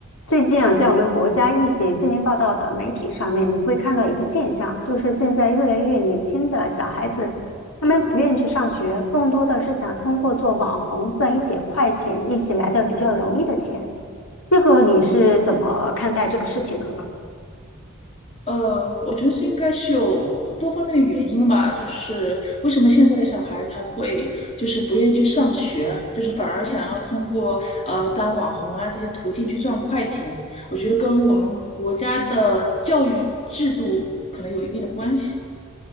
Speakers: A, on the left (about 80°); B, on the left (about 30°).
A: 最近啊，在我们国家一些新闻报道的媒体上面，你会看到一个现象，就是现在越来越年轻的小孩子，他们不愿意去上学，更多的是想通过做网红赚一些快钱，一起来的比较容易的钱。这个你是怎么看待这个事情的呢？
B: 呃，我觉得这应该是有多方面的原因吧，就是为什么现在的小孩他会就是不愿意去上学，就是反而想要通过呃当网红啊这些途径去赚快钱，我觉得跟我们国家的教育制度可能有一定的关系。